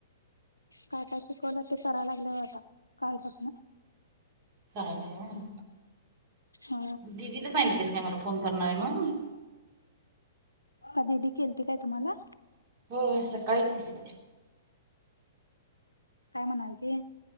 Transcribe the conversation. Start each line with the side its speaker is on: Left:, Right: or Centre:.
Left: काय काय शिकवलं ते करायला लागल्या आता कालपासून.
Right: करायलीया होय,
Left: अ
Right: दि दी ला सांगितलेलंस काय मला फोन करणार आहे म्हणून?
Left: का दिदी केलते काय तुम्हाला?
Right: होय सकाळी कीलती बाई.
Left: काय म्हणाल ती?